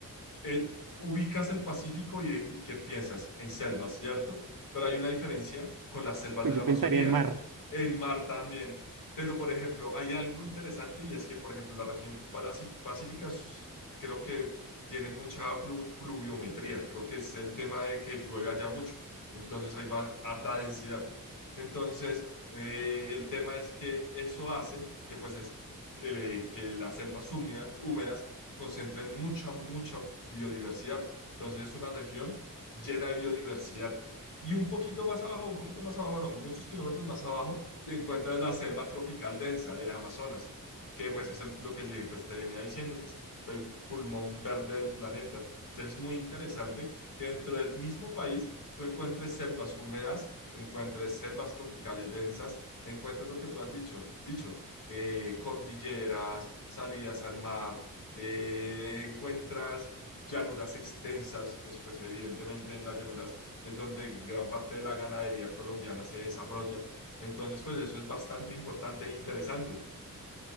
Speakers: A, on the left; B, on the right.
A: eh, ubicas el Pacífico y, y qué piensas en selvas, ¿cierto? Pero hay una diferencia con las selvas
B: Pues
A: de la
B: yo
A: Amazonía,
B: pensaría en mar,
A: en mar también. Pero, por ejemplo, hay algo interesante y es que, por ejemplo, la región palasi- pacífica es- creo que tiene mucha plu- pluviometría, creo que es el tema de que llueve allá mucho, entonces hay va- harta densidad. Entonces, eh, el tema es que eso hace que, pues, es que, que las selvas húmeda- húmedas concentren mucha, mucha biodiversidad. Entonces es una región llena de biodiversidad. Y un poquito más abajo, un poquito más abajo, no, muchos kilómetros más abajo, y encuentras la selva tropical densa del Amazonas, que pues es el, lo que pues, te venía diciendo, que es el pulmón verde del planeta. Entonces es muy interesante que dentro del mismo país tú encuentres selvas húmedas, encuentres selvas tropicales densas, encuentres lo que tú has dicho, dicho eh, cordilleras, salidas al mar, eh, encuentras llanuras extensas, que es, pues evidentemente en las llanuras es donde gran parte de la ganadería colombiana se desarrolla. Entonces, pues eso es bastante importante e interesante.